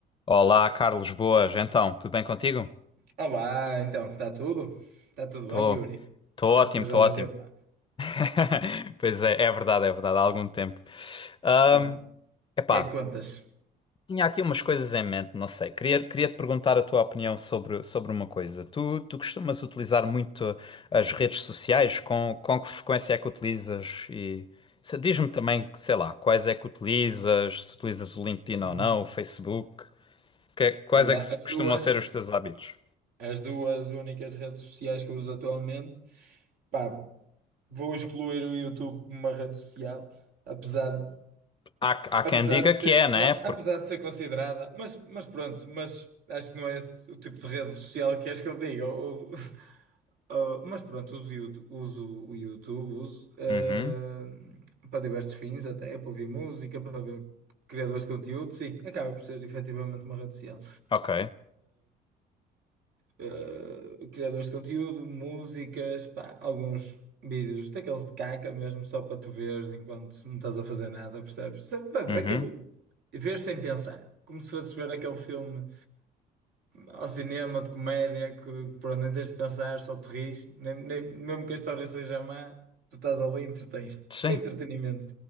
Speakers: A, on the left; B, on the right.
A: Olá, Carlos, boas. Então, tudo bem contigo?
B: Olá, então, está tudo? Está tudo
A: Tô,
B: bem, Yuri?
A: tô
B: Já
A: ótimo,
B: depois
A: tô
B: de algum
A: ótimo.
B: tempo. pá.
A: <laughs> Pois é, é verdade, é verdade, há algum tempo. Ahm,
B: Então, o
A: epá,
B: que é que contas?
A: tinha aqui umas coisas em mente, não sei. Queria, queria te perguntar a tua opinião sobre, sobre uma coisa. Tu, tu costumas utilizar muito as redes sociais? Com, com que frequência é que utilizas? E se- diz-me também, sei lá, quais é que utilizas, se utilizas o LinkedIn
B: Hum.
A: ou não, o Facebook. Que- quais
B: Olha,
A: é que se-
B: as
A: costumam
B: duas,
A: ser os teus hábitos?
B: as duas únicas redes sociais que eu uso atualmente, pá, vou excluir o YouTube como uma rede social, apesar
A: Há, há quem
B: Apesar
A: diga
B: de ser,
A: que é, né?
B: não,
A: Porque.
B: apesar de ser considerada, mas, mas pronto, mas acho que não é esse o tipo de rede social que acho que eu digo. ou- ou- ou- mas pronto, uso, o Yout- uso o YouTube, uso, ah,
A: Uhum.
B: para diversos fins, até para ouvir música, para ver criadores de conteúdo, sim, acaba por ser efetivamente uma rede social
A: Ok.
B: eh, criadores de conteúdo, músicas, pá, alguns vídeos daqueles de caca mesmo, só para tu veres enquanto não estás a fazer nada, percebes? Só para-
A: Uhum.
B: Aquele, ver sem pensar. Como se fosse ver aquele filme ao cinema de comédia que por nem tens de pensar, só te rires, nem, nem- mesmo que a história seja má, tu estás ali e entretens-te.
A: Sim.
B: Para entretenimento.